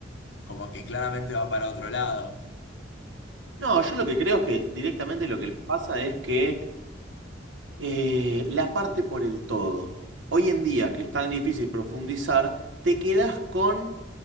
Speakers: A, on the left; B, on the right.
A: como que claramente va para otro lado.
B: No, yo lo que creo es que directamente lo que les pasa es que eh, la parte por el todo. Hoy en día, que es tan difícil profundizar, te quedás con.